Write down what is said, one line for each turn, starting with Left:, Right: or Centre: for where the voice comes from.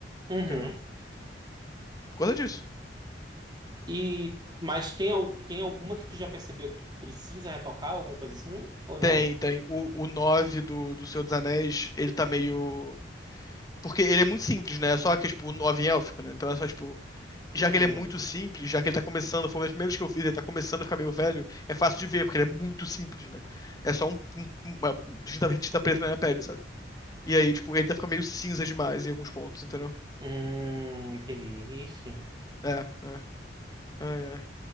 Right: uhum.
Left: entendeu? Por causa disso.
Right: E, mas tem, al- tem alguma que tu já percebeu que tu precisa retocar, alguma coisa assim? Ou
Left: Tem,
Right: não?
Left: tem. O, o 9 do, do Senhor dos Anéis, ele tá meio. Porque ele é muito simples, né? É só que, tipo, o 9 em élfico, né? Então é só, tipo, já
Right: Uhum.
Left: que ele é muito simples, já que ele tá começando, foi uma das primeiras que eu fiz, ele tá começando a ficar meio velho, é fácil de ver, porque ele é muito simples, né? É só um, um, um, uma tinta, tinta preta na minha pele, sabe? E aí, tipo, ele tá ficando meio cinza demais em alguns pontos, entendeu?
Right: Hum, entendi. Ixi.
Left: É, é. Ai, ai.